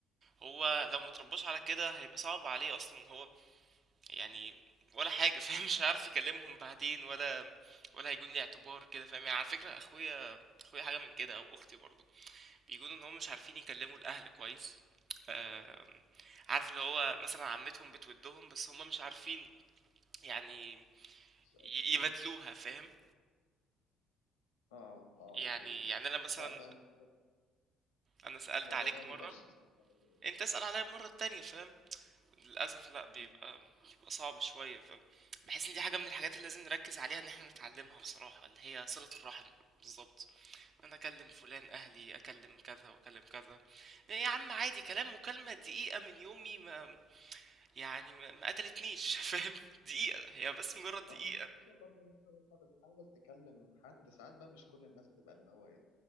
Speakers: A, on the right; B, on the left.
A: هو لو ما ترباش على كده هيبقى صعب عليه اصلا هو يعني ولا حاجه <laughs> فاهم مش هيعرف يكلمهم بعدين ولا ولا هيكون ليه اعتبار كده فاهم يعني على فكره اخويا اخويا حاجه من كده او اختي برضو بيكونوا ان هم مش عارفين يكلموا الاهل كويس آم، عارف اللي هو مثلا عمتهم بتودهم بس هم مش عارفين يعني
B: مش قادرين
A: ي- يبادلوها فاهم
B: اه اه
A: يعني
B: اكيد
A: يعني انا مثلا
B: لا فعلا
A: انا سألت
B: الموضوع
A: عليك
B: ده ما
A: مرة
B: بيبقاش سهل أوي.
A: انت اسأل عليا المرة التانية فاهم للأسف لا بيبقى
B: مم.
A: بيبقى صعب شوية فاهم بحس ان دي حاجة من الحاجات اللي لازم نركز عليها ان احنا نتعلمها بصراحة اللي هي صلة الرحم بالظبط ان انا اكلم فلان اهلي اكلم كذا واكلم كذا يعني يا عم عادي كلام مكالمة دقيقة من يومي ما يعني ما ما قتلتنيش <laughs> فاهم دقيقة هي بس مجرد دقيقة
B: هم كده برضه ممكن لما بتحاول تكلم حد ساعات بقى مش كل الناس تبقى اللي هو ايه